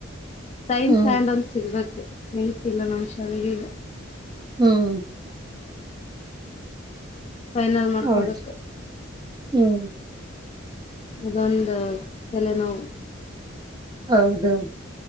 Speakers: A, on the left; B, on the right.
A: ಸೈನ್ಸ್
B: ಹ್ಮ್
A: ಆ್ಯಂಡ್ ಒಂದ ಸಿಗ್ಬೇಕು ನಿ ಇಲ್ಲ ನಾ ಶಾಲಗಗ
B: ಹ್ಮ್
A: ಫೈನಲ್ ಮಾಡ್ಕೋಬೇಕು
B: ಹೌದ್ರಿ ಹ್ಮ್
A: ಅದೊಂದು ತೆಲೆ ನೋವು
B: ಹೌದೌದು